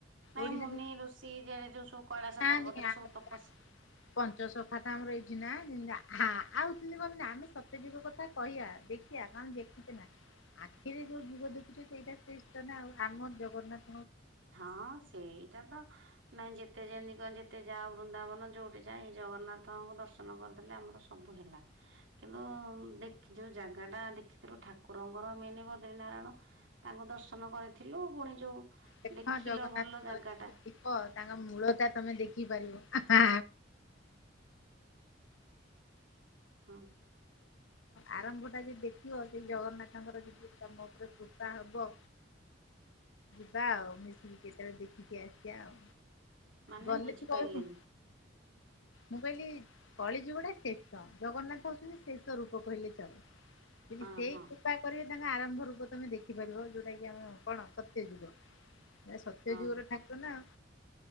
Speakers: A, on the right; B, on the left.
A: ନାଇଁ
B: ଓଡିଶା
A: ମୁନି ଋଷି ଯେ ଯୋଉ ସବୁ କୈଳାସ
B: ନାହାନ୍ତି
A: ପର୍ବତରେ ସବୁ ତପସ୍ୟା
B: ପଞ୍ଚସଖା ତ ଆମର ଏଇଠି ନା <unintelligible> ଯେନ୍ତି କହନ୍ତିନି ଆମେ ସତ୍ୟ ଯୁଗ କଥା କହିଆ, ଦେଖିଆ କାରଣ ଦେଖିଛେ ନା। ଆଖିରେ ଯୋଉ ଯୁଗ ଦେଖୁଛେ ସେଇଟା ଶ୍ରେଷ୍ଠ ନା ଆଉ। ଆମ ଜଗନ୍ନାଥ
A: ହଁ ସେଇଟା ତ ନାଇଁ ଯେତେ ଯେମତି କଣ ଯେତେ ଯାଅ ବୃନ୍ଦାବନ ଯୋଉଠି ଯାଇଁ ଜଗନ୍ନାଥଙ୍କୁ ଦର୍ଶନ କରିଦେଲେ ଆମର ସବୁ ହେଲା। କିନ୍ତୁ ଯୋଉ ଜାଗାଟା ଦେଖିଥିଲୁ ଠାକୁରଙ୍କର ମେନ ବଦ୍ରି ନାରାୟଣ ତାଙ୍କୁ ଦର୍ଶନ କରିଥିଲୁ ପୁଣି ଯୋଉ
B: ଦେଖ
A: ଦେଖିଲ
B: ଜଗନ୍ନାଥଙ୍କର
A: ଭଲ ଜାଗା
B: ଯଦି
A: ଟା
B: ଥିବ ତାଙ୍କ ମୂଳତା ତମେ ଦେଖିପାରିବ। ନାଁ।
A: ହୁଁ
B: ଆରମ୍ଭ ଟା ଯଦି ଦେଖିବ ସେ ଜଗନ୍ନାଥଙ୍କର ଯଦି ତମ ଉପରେ କୃପା ହବ। ଯିବା ଆଉ ମିଶିକି କେତେବେଳେ ଦେଖିକି ଆସିବା ଆଉ।
A: ମାନେ
B: ଗଲେ
A: ବୁଝିପାରିଲେନି
B: ତୁ କହିବୁନି ମୁଁ କହିଲି। କଳି ଯୁଗଟା ଶେଷ ଜଗନ୍ନାଥ ହଉଛନ୍ତି ଶେଷ ରୂପ କହିଲେ ଚଳେ। ଯଦି
A: ହଁ
B: ସେଇ
A: ହଁ
B: କୃପା କରିବେ ତାଙ୍କ ଆରମ୍ଭ ରୂପ ତମେ ଦେଖିପାରିବ ଯୋଉଟା କି ଆମେ କଣ ସତ୍ୟ ଯୁଗ। ଇଏ ସତ୍ୟ
A: ହଁ
B: ଯୁଗର ଠାକୁର ନାଉ।